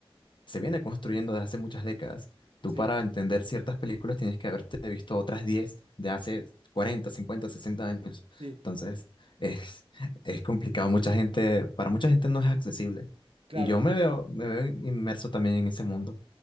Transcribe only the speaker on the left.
se viene construyendo desde hace muchas décadas. Tú
para entender ciertas películas tienes que haberte visto otras 10 de hace 40, 50, 60 años.
Entonces, es, <laughs> es complicado. Mucha gente, para mucha gente no es accesible.
Y yo me veo, me veo inmerso también en ese mundo.